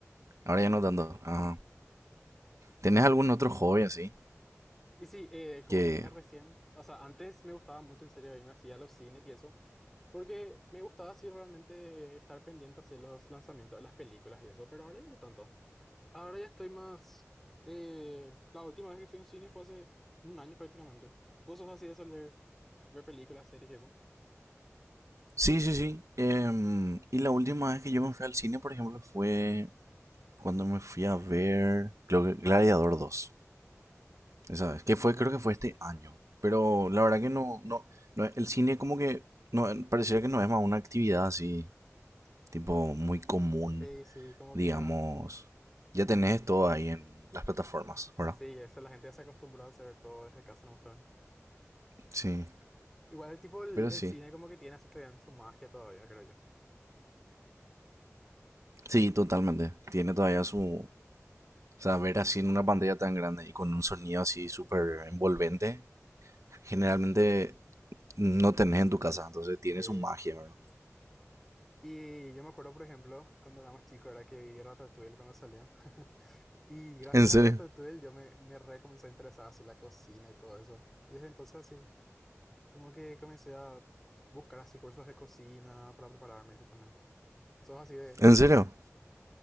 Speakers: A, on the right; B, in the centre.
A: Ahora ya no tanto. Ajá. ¿Tenés algún otro hobby así?
B: Y sí, eh, como
A: Que.
B: te dije recién, o sea, antes me gustaba mucho en serio irme así a los cines y eso, porque me gustaba así realmente estar pendiente hacia los lanzamientos de las películas y eso, pero ahora ya no tanto. Ahora ya estoy más... eh, la última vez que fui a un cine fue hace un año prácticamente. ¿Vos sos así de soler ver películas, series y eso?
A: Sí, sí, sí. Em, y la última vez que yo me fui al cine, por ejemplo, fue cuando me fui a ver. Creo que Gladiador 2. Esa vez. Que fue, creo que fue este año. Pero la verdad que no, no, no, el cine como que no, pareciera que no es más una actividad así, tipo muy común,
B: Sí, sí, como
A: digamos.
B: que ya...
A: Ya tenés todo ahí en las plataformas, ¿verdad?
B: Sí, eso, la gente ya se acostumbró a hacer todo desde casa nomás también.
A: Sí,
B: Igual el tipo, el,
A: pero
B: el
A: sí.
B: cine como que tiene así todavía en su magia todavía, creo yo.
A: Sí, totalmente. Tiene todavía su... O sea, ver así en una pantalla tan grande y con un sonido así súper envolvente, generalmente no tenés en tu casa, entonces tiene
B: Sí.
A: su magia, ¿verdad?
B: Y yo me acuerdo, por ejemplo, cuando era más chico, era que vi Ratatouille cuando salió. <laughs> Y gracias
A: ¿En serio?
B: a Ratatouille yo me, me re comencé a interesar así la cocina y todo eso. Y desde entonces así, como que comencé a buscar así cursos de cocina para prepararme eso también. ¿Sos así de
A: ¿En
B: cocinar?
A: serio?